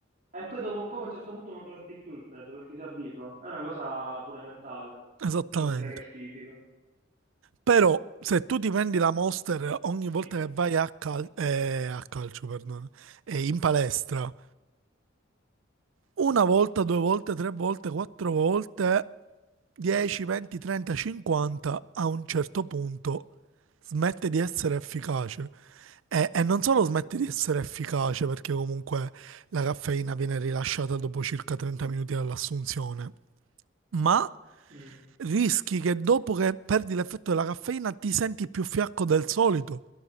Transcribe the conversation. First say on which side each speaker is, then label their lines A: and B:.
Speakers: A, on the right; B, on the right.
A: E poi dopo un po' a un certo punto non lo senti più il freddo perché si abitua. È una cosa pure mentale,
B: esattamente.
A: oltre che fisica.
B: Però, se tu ti prendi la Monster ogni volta
A: <clears throat>
B: che vai a, cal- eh, a calcio, perdono, eh, in palestra, Una volta, due volte, tre volte, quattro volte, 10, 20, 30, 50, a un certo punto smette di essere efficace. E, e non solo smette di essere efficace, perché comunque la caffeina viene rilasciata dopo circa 30 minuti dall'assunzione, ma
A: Mm,
B: rischi che dopo che perdi l'effetto della caffeina ti senti più fiacco del solito,